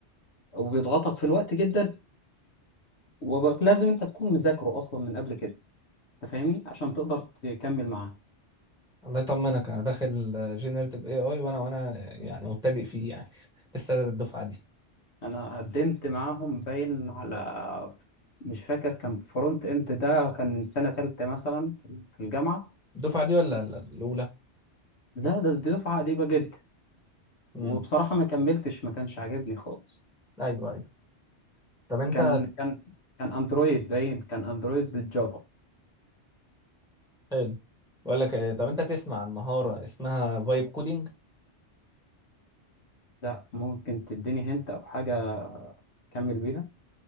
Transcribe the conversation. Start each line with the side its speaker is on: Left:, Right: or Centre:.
Left: وبيضغطك في الوقت جدا ولازم انت تكون مذاكره اصلا من قبل كده انت فاهمني عشان تقدر تكمل معاه
Centre: الله يطمنك انا داخل جينيريتيف اي اي وانا وانا يعني مبتدئ فيه يعني <laughs> لسه الدفعه دي
Left: انا قدمت معاهم باين على مش فاكر كان فرونت اند ده كان من سنة تالتة مثلا في في الجامعة
Centre: الدفعه دي ولا ال- الاولى
Left: ده ده دي دفعة قديمة جدا
Centre: امم
Left: وبصراحة ما كملتش ما كانش عاجبني خالص
Centre: ايوه ايوه طب انت
Left: كان كان كان اندرويد باين كان اندرويد بالجافا
Centre: حلو بقول لك آه، طب انت تسمع عن مهاره اسمها فايب كودينج
Left: لا ممكن تديني هنت او حاجة اكمل بيها